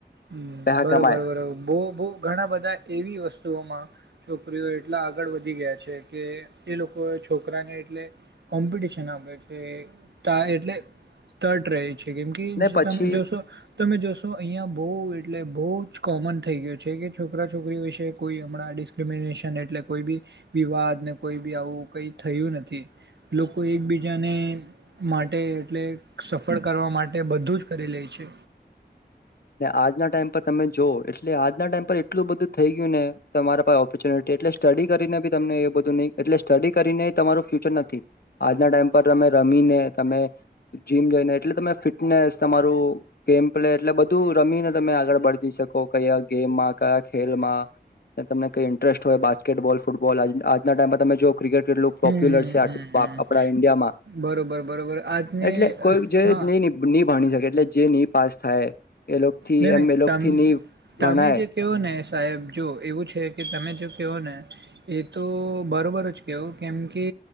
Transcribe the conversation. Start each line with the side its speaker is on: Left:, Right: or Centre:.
Right: હમ્મ,
Left: પેહા
Right: બરોબર
Left: કમાય
Right: બરોબર, બો બો ઘણા બધા એવી વસ્તુઓમાં છોકરીઓ એટલા આગળ વધી ગયા છે કે, એ લોકો છોકરાને એટલે કોમ્પિટિશન આપે છે, તા એટલે તટ રહે છે. કેમ કે જ
Left: ને પછી
Right: તમે જોશો, તમે જોશો અહિયાં <unintelligible> એટલે બહુ જ કોમન થઈ ગ્યું છે કે, છોકરા છોકરી વિશે કોઈ હમણાં ડિસ્ક્રિમિનેશન એટલે કોઈ બી વિવાદ ને કોઈ બી આવું કઈ થયું નથી, લોકો એકબીજાને માટે એટલે સફળ કરવા માટે બધું જ કરી લે છે.
Left: આજના ટાઈમ પર તમે જોઓ, એટલે આજના ટાઈમ પર એટલું બધું થઈ ગ્યું ને, તમારા પાહે ઓપોર્ચ્યુનિટી એટલે સ્ટડી કરીને બી તમને એ બધું નહી એટલે સ્ટડી કરીને તમારું ફ્યુચર નથી, આજના ટાઈમ પર તમે રમીને, તમે જીમ જઈને એટલે તમે ફિટનેસ, તમારું ગેમ પ્લે એટલે બ દૂર પ્રમીન તમે આગળ બડદી શકો કૈયા ગેમમાં કા ખેલમાં, તે તમને કઈ ઇન્ટરેસ્ટ હોય બાસ્કેટબોલ, ફૂટબોલ આજ આજના ટાઈમમાં તમે જો ક્રિકેટ કેટલું પોપ્યુલર
Right: હમ હમ
Left: છે આપડા
Right: હમ હમ
Left: ઈન્ડિયામાં,
Right: બરોબર બરોબર આજની
Left: એટલે કોઈ
Right: અ,
Left: જે
Right: હા
Left: ન ની ભણી શકે એટલે જે ની પાસ થાય એ લોકોથી
Right: ન ન
Left: એમ એ લોકોથી
Right: તમ,
Left: નહી
Right: તમે
Left: ભણાય
Right: જે કેઓ ને સાહેબ જો એવું છે કે તમે જો કેઓ ને, એ તો બરોબર જ કેઓ કેમ કે,